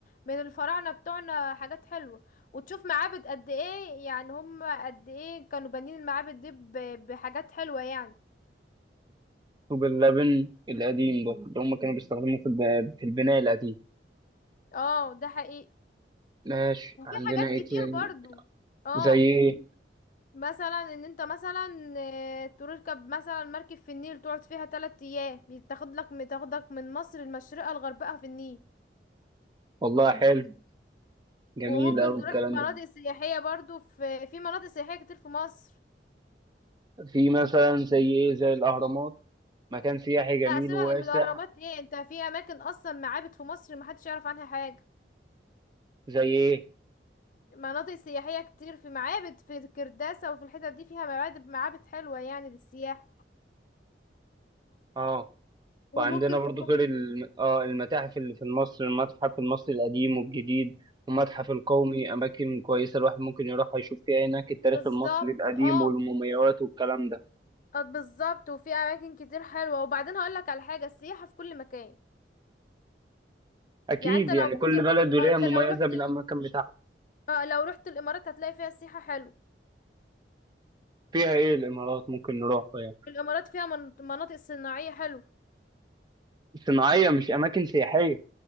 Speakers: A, on the left; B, on the right.
A: من الفراعنة بتوعنا حاجات حلوة وتشوف معابد قد ايه يعني هم قد ايه كانوا بانيين المعابد دي ب- بحاجات حلوة يعني
B: طوب اللبن القديم برضو اللي هم كانوا بيستخدموه في الب- في البناء القديم
A: اه ده حقيقي
B: ماشي
A: وفي
B: عندنا
A: حاجات
B: ايه
A: كتير
B: تاني
A: برضو اه
B: زي ايه
A: مثلا ان انت مثلا آه، تركب مثلا مركب في النيل تقعد فيها تلات ايام بتاخد لك بتاخدك من مصر المشرقة لغربها في النيل
B: والله حلو جميل
A: وممكن
B: أوي
A: تروح
B: الكلام
A: مناطق
B: ده
A: سياحية برضو في في مناطق سياحية كتير في مصر
B: في مثلا زي ايه زي الاهرامات مكان سياحي
A: لا
B: جميل
A: سيبك
B: وواسع
A: من الاهرامات ايه انت في اماكن اصلا معابد في مصر محدش يعرف عنها حاجة
B: زي ايه
A: مناطق سياحية كتير في معابد في الكرداسة وفي الحتت دي فيها معابد معابد حلوة يعني للسياحة
B: اه
A: وممكن
B: وعندنا برضو
A: تروح
B: غير الم... اه المتاحف اللي في مصر المتحف المصري القديم والجديد والمتحف القومي أماكن كويسة الواحد ممكن يروحها يشوف فيها هناك التاريخ
A: بالظبط
B: المصري القديم
A: اه
B: والمومياوات والكلام ده
A: آه، بالظبط وفي اماكن كتير حلوه وبعدين هقول لك على حاجه السياحه في كل مكان
B: أكيد
A: يعني انت لو
B: يعني
A: رحت
B: كل بلد وليها
A: آه، انت
B: مميزة
A: لو رحت
B: بالأماكن بتاعها
A: آه، لو رحت الامارات هتلاقي فيها سياحه حلو
B: فيها إيه الإمارات ممكن نروحها يعني
A: الامارات فيها من- مناطق صناعيه حلو
B: صناعية مش أماكن سياحية